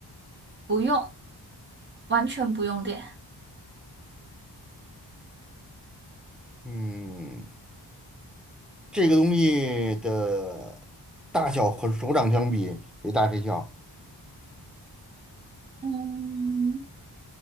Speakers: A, on the right; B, in the centre.
A: 不用，完全不用电。
B: 嗯，这个东西的大小和手掌相比，谁大谁小？
A: 嗯，